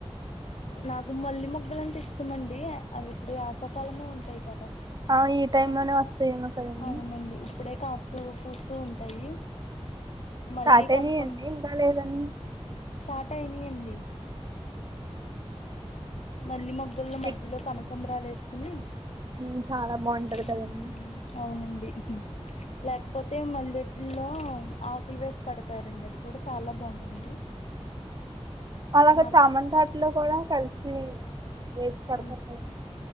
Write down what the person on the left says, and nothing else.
నాకు మల్లి ముగ్గులంటే ఇష్టమండి అవి ఇప్పుడు యాసాకాలమే ఉంటాయి కదా
అవునండి ఇప్పుడే కాస్తూ పూస్తూ ఉంటాయి మళ్ళీ
కనకం
స్టార్ట్ అయినాయండి మల్లి మొగ్గుల్లో మధ్యలో
కనకంబరాలు వేసుకుని
హ్మ్
అవునండి లేకపోతే మల్లె ఇట్లో ఆకులు వేసి కడతారండి అది కూడా చాలా బాగుంటుంది
మార్క్
అవును